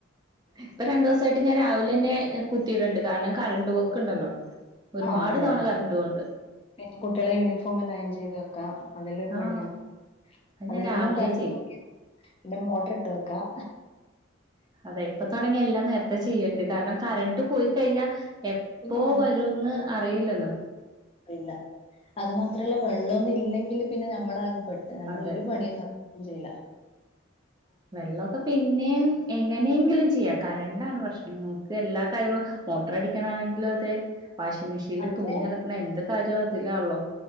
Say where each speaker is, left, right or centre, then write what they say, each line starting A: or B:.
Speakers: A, on the right; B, on the left.
A: ഇപ്പൊ രണ്ടു ദിവസമായിട്ട് ഞാൻ രാവിലെ തന്നെ കുത്തിയിടണ്ടുണ്ട് കാരണം കറണ്ട് പോക്കുണ്ടല്ലോ ഒരുപാട്
B: ആ അതെ
A: തവണ കറണ്ട് പോണ്ട്
B: പിന്നെ കുട്ടികളെ യൂണിഫോം എല്ലാം അയൺ ചെയ്ത് വെക്കാം അതെല്ലാം ഒരു പണിയാണ്
A: ആഹ് അത്
B: അതെല്ലാം
A: ഞാൻ രാവിലെ
B: കരണ്ട്
A: ചെയ്യും
B: നോക്കി മോട്ടർ ഇട്ട് വെക്കാം
A: അതെ ഇപ്പൊ തുടങ്ങിയ എല്ലാം നേരത്തെ ചെയ്യണ്ട് കാരണം കറണ്ട് പോയി കഴിഞ്ഞാൽ എപ്പോ
B: പിന്നെ പണി
A: വരൂന്ന് അറിയില്ലല്ലോ
B: ഇല്ല അത് മാത്രല്ല വെള്ളമൊന്നും ഇല്ലെങ്കിൽ പിന്നെ നമ്മളാകെ െട്ട് നമ്മൾ
A: അതെ
B: ഒരു പണിയൊന്നും നടക്കം ചെയ്ല
A: വെള്ളമൊക്കെ പിന്നെയ എങ്ങനെയെങ്കിലും ചെയ്യ കറണ്ടാണ് പ്രശ്നം നമുക്ക് എല്ലാ കാര്യങ്ങളും മോട്ടർ അടിക്കണാണെങ്കിലും അതെ വാഷിംഗ മെഷീില്ൽ
B: അതെ
A: തുണി നളക്ക എന്ത കാലം അതിലാ ഉള്ളോ